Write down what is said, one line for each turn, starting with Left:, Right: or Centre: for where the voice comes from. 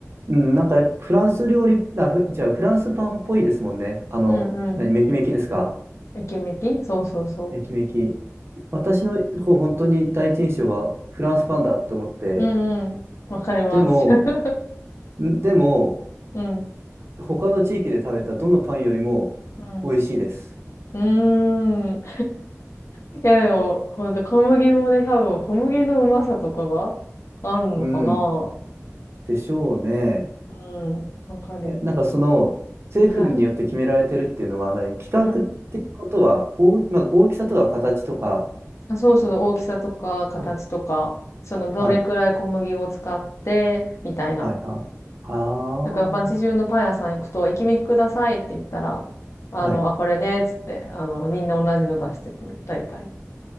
Right: うん、なんかフランス料理、あ、ふ、じゃあフランスパンっぽいですもんね。あの、
Left: うんうん。
Right: 何、メキメキですか
Left: めきめきそうそうそう。
Right: メキメキ。私のこう本当に第一印象はフランスパンだって思って、
Left: うんうん。わかります。
Right: でも、
Left: <laughs>
Right: んでも、
Left: うん。
Right: 他の地域で食べたどのパンよりも
Left: うん。
Right: 美味しいです。
Left: うーん。いやでも、ほんと小麦もね、多分小麦のうまさとかがあるのかな。
Right: うん。でしょうね。
Left: うん。わかる。
Right: え、なんかその、政府によって決められてるっていうのは何、
Left: はい。
Right: 規格っていうことは、
Left: うん。
Right: 大、まず大きさとか形とか、
Left: あそうそう、大きさとか形とか、
Right: あ
Left: そのどれくらい小麦を使って、
Right: はい、
Left: みたいな。
Right: はい、は、は
Left: だから街中のパン屋さん行くと、駅弁くださいって言ったら、あの、
Right: あ、はい。
Left: あ、これね、つって、あの、みんな同じの出してくる。大体。